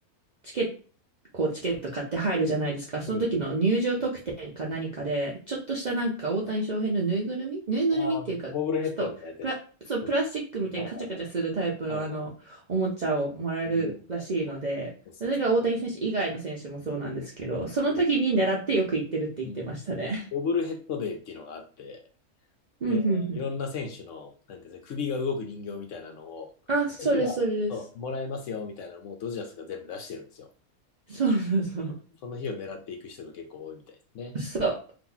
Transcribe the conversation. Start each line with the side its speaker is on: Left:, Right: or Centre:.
Right: チケット、こうチケット買って入るじゃないですか。その時の入場特典か何かで、
Left: うん。
Right: ちょっとしたなんか大谷翔平のぬいぐるみぬいぐるみっていうか、
Left: ああ、ボブルヘッドみたいなやつでしょ。
Right: ちょっとプラ、そう、プラスチックみたいにカチャカチャするタイプのあの、
Left: うんはいはいはい。はいはい。
Right: おもちゃをもらえるらしいので、
Left: うんね。そうそうそう。
Right: それが大谷選手以外の選手もそうなんですけど、
Left: そう
Right: その時に狙ってよく行ってるって言ってましたね。
Left: うん。ボブルヘッドデーっていうのがあって、
Right: うん、
Left: で、
Right: うん、うん。
Left: いろんな選手の、なんていうんですか、首が動く人形みたいなのを、
Right: あ、それそれです。
Left: その日は、そうもらえますよみたいなのをもうドジャースが全部出してるんですよ。
Right: そうそうそう。
Left: その日を狙っていく人が結構多いみたいですね。
Right: そう。